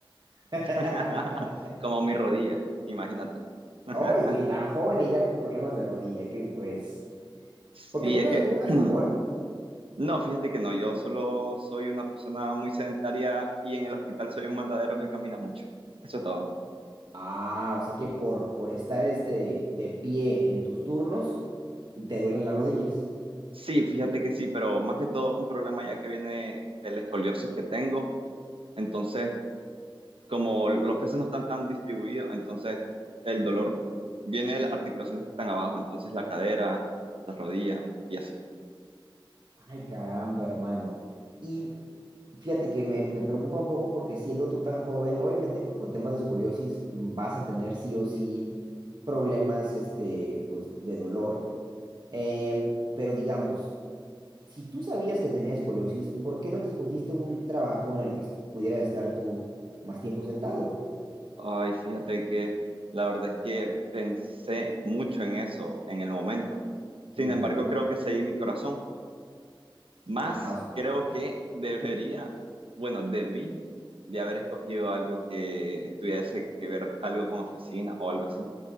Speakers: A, on the right; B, on the right.
A: <laughs>
B: <laughs> Como mi rodilla, imagínate. <laughs>
A: Ay, güey, tan joven y ya con problemas de rodilla, que pues.
B: Sí,
A: Porque tú
B: es
A: juegas,
B: que,
A: tú juegas
B: <clears throat>
A: fútbol.
B: no, fíjate que no, yo solo soy una persona muy sedentaria y en el hospital soy un mandadero que camina mucho. Eso es todo.
A: Ah, o sea que por, por estar este de pie en tus turnos, te duelen las rodillas.
B: Sí, fíjate que sí, pero más que todo un problema ya que viene de la escoliosis que tengo. Entonces, como los peces no están tan distribuidos, entonces el dolor viene de las articulaciones que están abajo, entonces la cadera, la rodilla y así.
A: Ay, caramba, hermano. Y fíjate que me, me preocupa un poco porque siendo tú tan joven, obviamente que con temas de escoliosis mm, vas a tener sí o sí problemas este, pues, de dolor. Em, pero digamos, Si tú sabías que tenías escoliosis, ¿por qué no te escogiste un trabajo en el que es- pudieras estar tú más tiempo sentado?
B: Ay, fíjate que la verdad es que pensé mucho en eso en el momento. Sin
A: Ujú.
B: embargo, creo que seguí mi corazón Más
A: Ah, o sea,
B: creo
A: ok.
B: que debería, bueno, debí de haber escogido algo que tuviese que ver algo con oficina o algo así.